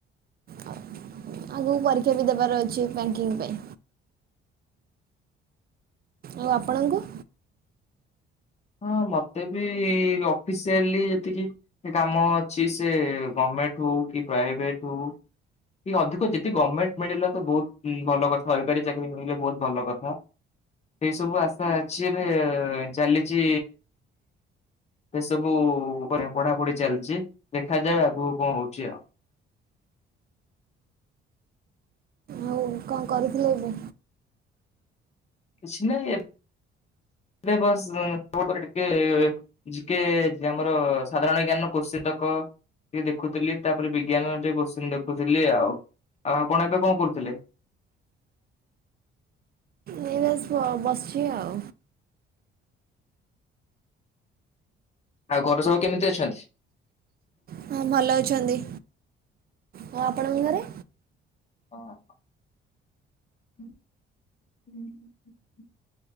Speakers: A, on the right (about 50°); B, on the left (about 35°).
A: ଅ ଆଗୁକୁ ପରୀକ୍ଷା ବି ଦେବାର ଅଛି ବ୍ୟାକିଙ୍ଗ୍ ପାଇଁ। ଆଉ ଆପଣଙ୍କୁ?
B: ହଁ ମତେ ବି ଅଫିସିଆଲି ଯେତିକି କାମ ଅଛି ସେ ଗମ୍ ମେଣ୍ଟ ହଉ କି ପ୍ରାଇଭେଟ ହଉ କି ଅଧିକ ଯିଦି ଗମେଣ୍ଟ ମିଳିଲା ତ ବହୁତ ଭଲ କଥା ସରକାରୀ ଚାକିରୀ ମିଳିଲେ ବହୁତ ଭଲ କଥା। ଏଇ ସବୁ ଆଶା ଅଛି, ଏବେ-ଏ ଚାଲିଚି ସେ ସବୁ ପଢାପଢି ଚାଲିଚି। ଦେଖାଯାଉ ଆଗକୁ କଣ ହଉଛି ଆଉ?
A: ଆଉ କଣ କରୁଥିଲେ ଏବେ?
B: କିଛି ନାହିଁ ଏମ୍ ଏବେ ବସ୍ <unintelligible> ଜି କେ ଆମର ସାଧାରଣ ଜ୍ଞାନ କୋଷିତ ହଁ ଟିକେ ଦେଖୁଥିଲି, ତାପରେ ବିଜ୍ଞାନ ଟିକେ କୋଶ୍ଚିିନ ଦେଖୁଥିଲି ଆଉ। ଆଉ ଆପଣ ଏବେ କଣ କରୁଥିଲେ?
A: ଏଇ ବାସ୍ ବସିଛି ଆଉ।
B: ଆଉ ଘରେ ସବୁ କେମିତି ଅଛନ୍ତି?
A: ହଁ ଭଲ ଅଛନ୍ତି। ଆଉ ଆପଣଙ୍କ ଘରେ?
B: ହଁ। ହୁଁ - ହୁଁ ହୁଁ ହୁଁ।